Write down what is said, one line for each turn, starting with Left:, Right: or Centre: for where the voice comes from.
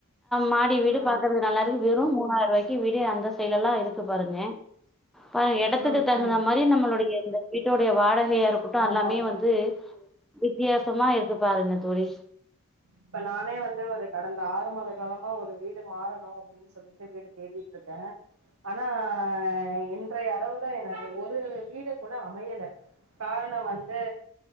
Centre: மாடி வீடு
Right: ம்
Centre: பாக்கறதுக்கு நல்லா இருக்கு வெறும் மூணாயிர ரூவாய்க்கு வீடு அந்த சைடெல்லா இருக் கு பாருங்க பாருங்க இடத்துக்கு
Right: ம்
Centre: தகுந்த
Right: ம்
Centre: மாரி நம்மளுடைய இந்த வீட்டோடைய வாடக கையா இருக்கட்டு
Right: ஆமா
Centre: அல்லாமே
Right: ஆமா
Centre: வந்து வித்தியாசமா இருக்கு பாருங்க தோழி
Right: இப்ப நானே வந்து ஒரு கடந்த ஆறு மாத காலமா ஒரு வீடு மாறணு அப்டின்னு சொல்லிட்டு வீடு தேடிட்டு இருக்கே ஆனா இன்றைய அளவுல எனக்கு ஒரு வீடு கூட அமையல காரணோ வந்து